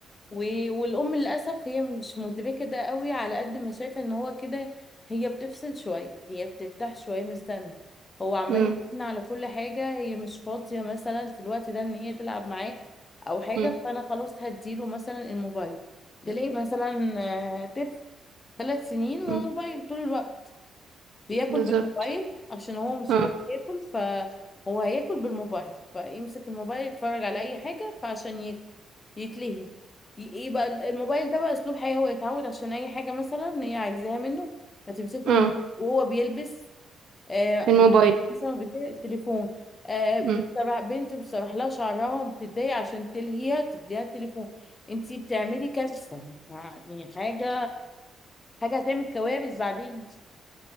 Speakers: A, on the left (about 20°); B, on the right (about 60°).
A: و- والأم للأسف هي مش مدركة ده قوي على قد ما شايفة ان هو كده هي بتفصل شوية هي بتفتح شوية من الزن هو عمال
B: مم.
A: يتكلم على كل حاجة هي مش فاضية مثلا في الوقت ده ان هي تلعب معاه أو حاجة
B: مم.
A: فأنا خلاص هديله مثلا الموبايل تلاقي مثلا آه، طفل ثلاث سنين والموبايل
B: مم.
A: طول الوقت بياكل
B: بالظبط
A: بالموبايل عشان هو مش
B: اه
A: راضي ياكل فهو هياكل بالموبايل فيمسك الموبايل يتفرج على اي حاجة فعشان ياكل يتلهي ي- يبقى ال- الموبايل ده بقى اسلوب حياة هو يتعود عشان اي حاجة مثلا إن هي عايزاها منه فتمسك له
B: اه
A: الموبايل وهو بيلبس آه
B: الموبايل
A: بي- مثلا بت- التليفون آه بتسرح
B: اه
A: بنت بتسرح لها شعرها وبتتضايق عشان تلهيها تديها التليفون انتي بتعملي كارثة يعني حاجة حاجة هتعمل كوارث بعدين